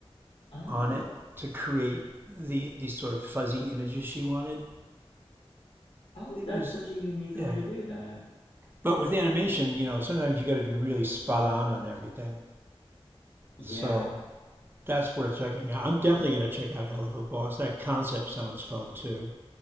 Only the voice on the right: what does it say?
on it to create the these sort of fuzzy images she wanted.
It
was
yeah.
But with animation, you know, sometimes you got to be really spot on on everything.
So that's worth checking out. I'm definitely going to check out Hell of a Boss. That concept sounds fun too.